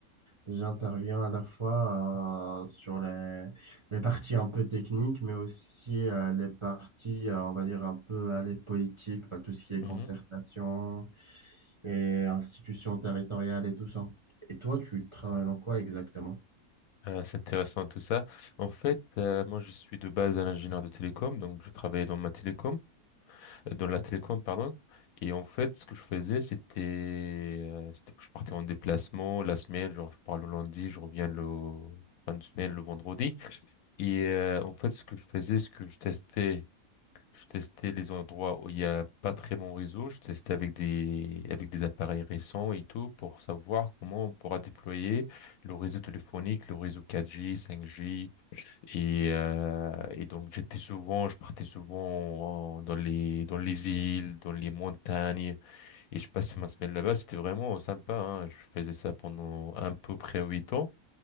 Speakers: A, on the right (about 30°); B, on the left (about 70°).
A: J'interviens à la fois euh, sur les, les parties un peu techniques, mais aussi euh, les parties, euh, on va dire, un peu à les politiques, bah, tout ce qui est
B: Mhm.
A: concertation et institutions territoriales et tout ça. Et toi, tu travailles dans quoi exactement?
B: Euh, c'est intéressant tout ça. En fait, euh, moi je suis de base un ingénieur de télécom, donc je travaillais dans ma télécom, euh, dans la télécom, pardon. Et en fait, ce que je faisais, c'était, euh, c'était que je partais en déplacement la semaine, genre je pars le lundi, je reviens le fin de semaine, le vendredi. Et euh, en fait, ce que je faisais, c'est que je testais, je testais les endroits où il n'y a pas très bon réseau. Je testais avec des, avec des appareils récents et tout pour savoir comment on pourra déployer le réseau téléphonique, le réseau 4G, 5G. Et, euh, et donc, j'étais souvent, je partais souvent en- dans les, dans les îles, dans les montagnes et je passais ma semaine là-bas. C'était vraiment sympa, hein. Je faisais ça pendant à peu près huit ans.